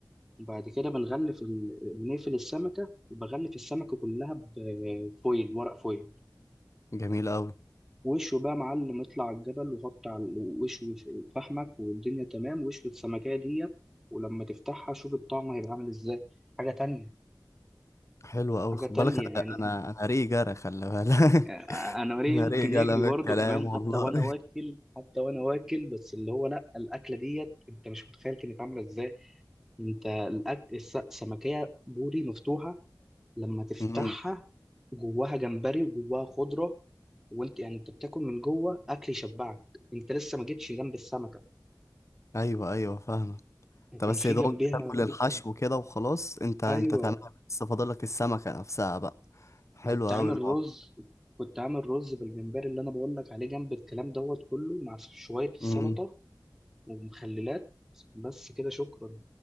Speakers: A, in the centre; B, on the left (about 40°).
A: وبعد كده بنغلف ال... بنقفل السمكة وبغلف السمكة كلها بفويل ورق فويل
B: جميل أوي
A: وشه بقى معلم اطلع على الجبل وحط على وشوي فحمك والدنيا تمام وشوي السمكية ديت ولما تفتحها شوف الطعم هيبقى عامل ازاي حاجة تانية
B: حلو أوي
A: حاجة
B: خد
A: تانية
B: بالك أنا
A: يعني
B: أنا أنا ريقي جرى خلي بالك
A: آه،
B: <laughs>
A: انا وريه
B: أنا
A: يمكن
B: ريقي جرى
A: يجري
B: من
A: برضه
B: الكلام
A: كمان
B: والله
A: حتى وانا واكل حتى وانا واكل بس اللي هو لا الاكله ديت انت مش متخيل كانت عامله ازاي انت الأك... الس- السمكية بوري مفتوحة لما تفتحها
B: <laughs> مم.
A: جواها جمبري وجواها خضرة وانت يعني انت بتاكل من جوه اكل يشبعك انت لسه ما جيتش جنب السمكة
B: ايوه ايوه فاهمه انت
A: وكان
B: بس
A: في
B: يا دوبك
A: جنبيها
B: تاكل <laughs> الحشو كده وخلاص انت انت
A: ايوه
B: تمام بس فاضلك السمكه نفسها بقى حلو
A: كنت
B: قوي
A: عامل
B: الموضوع
A: رز كنت عامل رز بالجمبري اللي انا بقول لك عليه جنب الكلام دوت كله مع شوية سلطة
B: امم
A: ومخللات بس كده شكرا